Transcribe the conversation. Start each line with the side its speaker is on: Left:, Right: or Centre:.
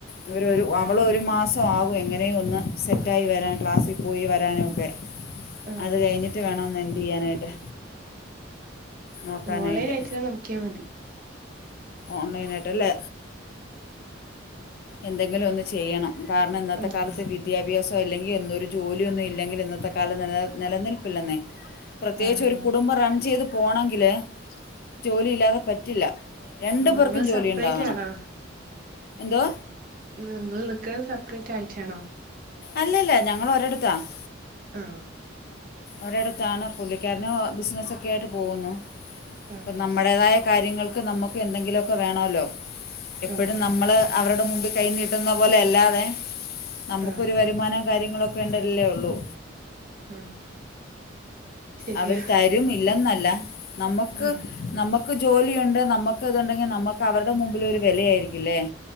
Left: ഇവര ഒരു അവള ഒരു മാസം ആകും എങ്ങനെയും ഒന്ന് സെറ്റായി വരാൻ ക്ലാസ്സിൽ പോയി വരാനുമൊക്കെ
Right: ആഹ്
Left: അത് കഴിഞ്ഞിട്ട് വേണംന്ന് എന്ത് ചെയ്യാനായിട്ട് നോക്കാനായിട്ട്
Right: ഓൺലൈൻ ആയിട്ട നോക്കിയാൽ മതി
Left: ഓൺലൈനട്ടല്ല എന്തെങ്കിലും ഒന്ന് ചെയ്യണം കാരണം ഇന്നത്തെ
Right: ആഹ്
Left: കാലത്ത് വിദ്യാഭ്യാസ സോ അല്ലെങ്കിൽ എന്തൊരു ജോലിയൊന്നും ഇല്ലെങ്കിൽ ഇന്നത്തെ കാലം നില നിലനിൽപ്പില്ലെന്നേ പ്രത്യേകിച്ച്
Right: ആഹ്
Left: ഒരു കുടുംബം റൺ ചെയ്ത് പോണമെങ്കില് ജോലി ഇല്ലാതെ പറ്റില്ല രണ്ടു
Right: നിങ്ങള്
Left: പേർക്കും ജോലി
Right: സെപ്പറേറ്റ്
Left: ഉണ്ടാവണം
Right: ആണോ
Left: എന്തോ
Right: നിങ്ങൾ നിക്കുന്നത് സെപ്പറേറ്റ് ആയിട്ടാണോ
Left: അല്ലല്ല ഞങ്ങൾ ഒരിടുത്തആണ്‌
Right: ആ
Left: ഒരിടത്താണ് പുള്ളിക്കാരന ബിസിനസ്സൊക്കെ ആയിട്ട് പോകുന്നു
Right: ആഹ്
Left: അപ്പം നമ്മുടേതായ കാര്യങ്ങൾക്ക് നമുക്ക് എന്തെങ്കിലുമൊക്കെ വേണമല്ലോ എപ്പോഴും
Right: ആഹ് ആഹ്
Left: നമ്മൾ അവരുടെ മുമ്പ് കൈ നീട്ടുന്ന പോലെ അല്ലാതെ നമുക്കൊരു
Right: ആഹ്
Left: വരുമാനം കാര്യങ്ങളൊക്കെ ഉണ്ടരില്ലേ ഉള്ളൂ
Right: ആഹ് ശരിയാ
Left: അവര് തരും ഇല്ലെന്നല്ല നമക്ക്
Right: ആഹ്
Left: നമ്മ- നമക്ക് ജോലിയൊണ്ട് നമ്മക്ക്തുണ്ടെങ്കി നമ്മക്ക് അവർടെ മുമ്പിൽ ഒരു വെലയായിരിക്കില്ലേ